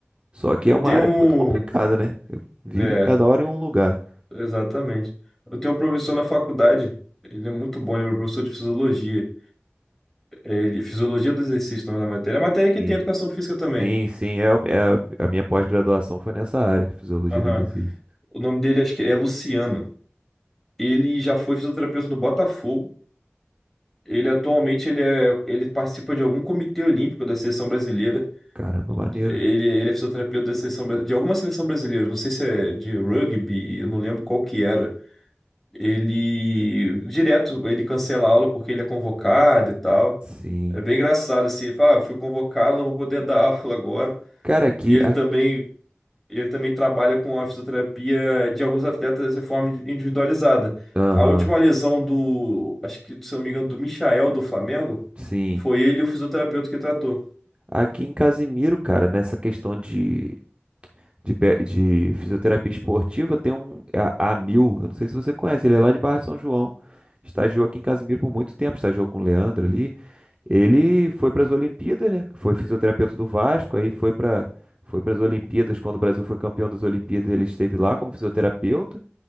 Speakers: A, on the right (about 25°); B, in the centre.
A: Só que
B: Eu
A: é uma
B: tenho.
A: área muito complicada,
B: um-
A: né? Eu- Vive
B: É,
A: cada hora em um lugar.
B: exatamente. Eu tenho um professor na faculdade. Ele é muito bom, ele é meu professor de fisiologia. É, Ele, fisiologia do exercício, o nome da matéria. É a matéria que
A: Sim,
B: tem educação física também.
A: sim, sim, é, o- é- a minha pós-graduação foi nessa área, fisiologia
B: Aham.
A: do exercício.
B: O nome dele acho que é Luciano. Ele já foi fisioterapeuta do Botafogo. Ele atualmente ele, é, ele participa de algum comitê olímpico da seleção brasileira.
A: Caramba, maneiro.
B: Ele, ele é fisioterapeuta da seleção, bra- de alguma seleção brasileira. Não sei se é de rugby, eu não lembro qual que era. ele direto ele cancela a aula porque ele é convocado e tal.
A: Sim.
B: É bem engraçado assim, ele fala, ah, fui convocado, não vou poder dar <laughs> aula agora.
A: Cara, aqui,
B: E ele
A: a-
B: também ele também trabalha com a fisioterapia de alguns atletas de forma individualizada.
A: aham,
B: A última lesão do, acho que, se eu não me engano, do Michael do Flamengo,
A: sim.
B: foi ele o fisioterapeuta que tratou.
A: Aqui em Casimiro, cara, nessa questão de de, pe- de fisioterapia esportiva, tem um é a, Amil, eu não sei se você conhece, ele é lá de Barra de São João. Estagiou aqui em Casimiro por muito tempo, estagiou com o Leandro ali. Ele foi para as Olimpíadas, né? Foi fisioterapeuta do Vasco, aí foi para foi para as Olimpíadas, quando o Brasil foi campeão das Olimpíadas, ele esteve lá como fisioterapeuta